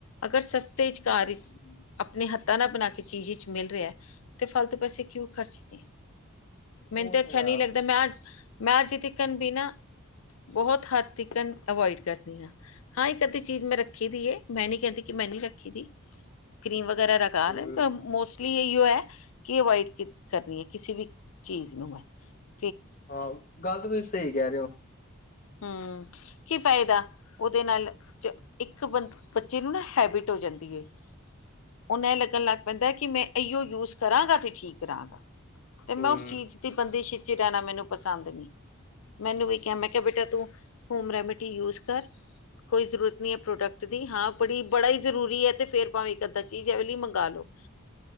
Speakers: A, on the left; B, on the left.
A: ਅਗਰ ਸਸਤੇ ਚ ਕਾਰ ਚ। ਆਪਣੇ ਹੱਥਾਂ ਨਾਲ ਬਣਾ ਕੇ ਚੀਜ਼ ਵਿੱਚ ਮਿਲ ਰਿਹਾ ਤੇ ਫਾਲਤੂ ਪੈਸੇ ਕਿਉਂ ਖਰਚਣੇ। ਮੈਨੂੰ
B: ਉਹ
A: ਤਾਂ ਅੱਛਾ
B: ਤੇ ਹੇ।
A: ਨਹੀਂ ਲੱਗਦਾ ਮੈਂ ਮੈਂ ਅੱਜ ਤਿਕਨ ਵੀ ਨਾ। ਬਹੁਤ ਹੱਥ ਤਿਕਨ ਅਵੋਇਡ ਕਰਨੀ ਆ। ਹਾਂ ਇੱਕ ਅੱਧੀ ਚੀਜ਼ ਮੈਂ ਰੱਖੀ ਦੀ ਮੈਂ ਨੀ ਕਹਿੰਦੀ ਕਿ ਮੈਂ ਨੀ ਰੱਖੀ ਦੀ ਕਰੀਮ । <unintelligible>
B: ਹੂੰ-ਹੂੰ-ਹੂੰ।
A: <unintelligible> <unintelligible> ਕਿ ਅਵੋਇਡ ਕਰਨੀ ਏ ਕਿਸੇ ਵੀ ਚੀਜ਼ ਨੂੰ ।
B: ਹਾਂ ਗੱਲ ਤਾ ਤੁਸੀਂ ਸਹੀ ਕਹਿ ਰਹੇ ਹੋ।
A: ਹਮ ਕੀ ਫਾਇਦਾ ਉਹਦੇ ਨਾਲ ਇੱਕ ਬੱਚੇ ਨੂੰ ਨਾ ਹੈਬਿਟ ਹੋ ਜਾਂਦੀ। ਉਹਨਾਂ ਏਹ ਲੱਗਣ ਲੱਗ ਪੈਂਦਾ ਕਿ ਮੈਂ ਇਓ ਯੂਜ ਕਰਾਂਗਾ ਤੇ ਠੀਕ ਰਹਾਂਗਾ।
B: ਹੂੰ-ਹੂੰ-ਹੂੰ।
A: ਤੇ ਮੈਂ ਉਸ ਚੀਜ਼ ਦੀ ਬੰਦਿਸ਼ ਚ ਰਹਿਣਾ ਮੈਨੂੰ ਪਸੰਦ ਨਹੀ। ਮੈਨੂੰ ਵੀ ਕਿਹਾ ਮੈਂ ਕਿਹਾ ਬੇਟਾ ਤੂੰ ਹੋਮ ਰੈਮਡੀ ਯੂਜ ਕਰ ਕੋਈ ਜ਼ਰੂਰਤ। ਏ ਪ੍ਰੋਡਕਟ ਦੀ ਹਾਂ। ਬੜੀ ਬੜਾ ਹੀ ਜ਼ਰੂਰੀ ਹੈ ਤੇ ਫੇਰ ਭਾਵੇ ਏਕ ਅੱਧਾ ਚੀਜ਼ ਐਵੇ ਲਈ ਮੰਗਵਾ ਲੋ।